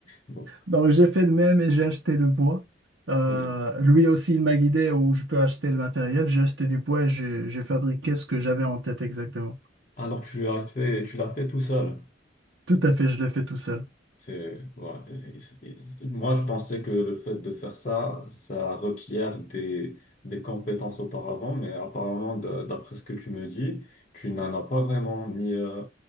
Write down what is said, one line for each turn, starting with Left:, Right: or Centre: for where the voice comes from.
Left: Bon,
Right: Donc, j'ai fait de même et j'ai acheté le bois. Euh,
Left: oui.
Right: lui aussi, il m'a guidé où je peux acheter le matériel. J'ai acheté du bois et j'ai j'ai fabriqué ce que j'avais en tête exactement.
Left: Alors, tu as fait, tu l'as fait tout seul.
Right: Tout à fait, je l'ai fait tout seul.
Left: C'est, voilà. Et- et- et- Moi, je pensais que le fait de faire ça, ça requiert des, des compétences auparavant, mais apparemment, de- d'après ce que tu me dis, tu n'en as pas vraiment, ni euh,